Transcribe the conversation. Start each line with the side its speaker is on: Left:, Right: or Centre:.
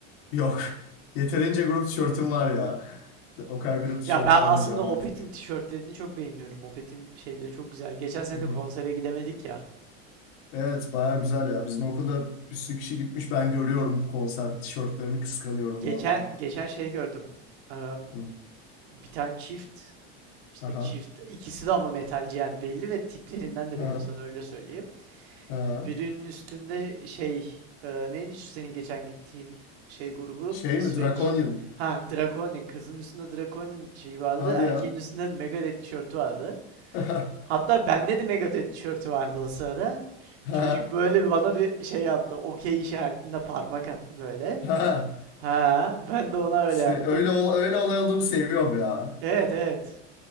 Left: yok. <laughs> Yeterince grup tişörtüm var ya. O kadar grup tişörtü
Right: Ya ben
Left: almayacağım
Right: aslında
Left: artık.
Right: Opet'in tişörtlerini çok beğeniyorum. Opet'in şeyleri çok güzel. Geçen sene
Left: Hı
Right: de
Left: hı.
Right: konsere gidemedik ya.
Left: Evet baya güzel ya. Bizim okulda bir sürü kişi gitmiş. Ben görüyorum konser tişörtlerini kıskanıyorum
Right: Geçen
Left: valla.
Right: geçen şey gördüm. Ee,
Left: Hı.
Right: bir tane çift işte
Left: Aha.
Right: çift ikisi de ama metalci yani belli ve tiplerinden de
Left: Ha.
Right: belli sana öyle söyleyeyim.
Left: Ha.
Right: Birinin üstünde şey e, neydi şu senin geçen gittiğin şey grubu
Left: Şey
Right: İsveç.
Left: mi? Draconian.
Right: Ha Draconian kızın üstünde Draconian şeyi vardı
Left: Hadi
Right: erkeğin
Left: ya.
Right: üstünde Megadeth tişörtü vardı.
Left: <laughs> Ha.
Right: Hatta bende de Megadeth tişörtü vardı o sırada.
Left: Ha.
Right: Çocuk böyle bir bana bir şey yaptı. Okey işaretinde parmak attı böyle.
Left: Ha.
Right: Ha, ben de ona öyle
Left: Se-
Right: yaptım.
Left: öyle ol öyle olay olduğunu seviyorum ya.
Right: Evet evet.